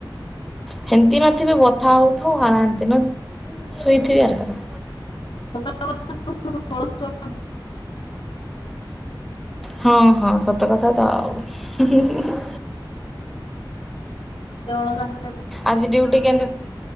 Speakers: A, in the centre; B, on the left.
A: ସେମତି ନଥିବେ ବଥା ହଉଥୁବ ହାଆନ୍ତି ନ ଶୁଇଥିବେ ଆର କ <unintelligible>
B: <inaudible>
A: ହଁ, ହଁ ସତ କଥା ତ ଆଉ, ହୁଁ, ହୁଁ, ହୁଁ।
B: ସେ ଅଳସୁଆ <unintelligible>
A: ଆଜି ଡ୍ୟୁଟି କେମିତି?